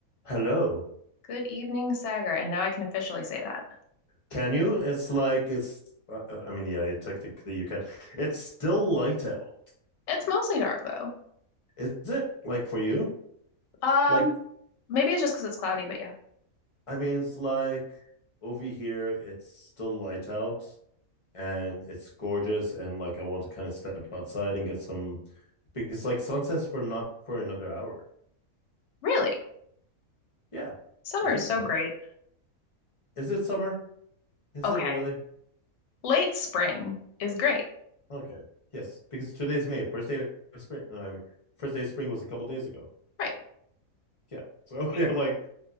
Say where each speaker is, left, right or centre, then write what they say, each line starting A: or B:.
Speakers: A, on the left (about 30°); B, on the left (about 60°).
A: hello
B: Good evening, Sagar. And now I can officially say that.
A: can you it's like it's uh, uh, i mean yeah technically you can it's still light out
B: It's mostly dark though.
A: is it like for you
B: Um,
A: like
B: maybe it's just because it's cloudy, but yeah.
A: i mean it's like over here it's still light out and it's gorgeous and like i want to kind of step outside and get some because like sunsets for not for another hour
B: Really?
A: yeah
B: Summer
A: i think
B: is so
A: so
B: great.
A: is it summer is
B: Okay.
A: it really
B: Late spring is great.
A: okay yes because today's may first day of spring no, i mean first day of spring was a couple days ago
B: Right.
A: yeah so
B: Sure.
A: <laughs> yeah like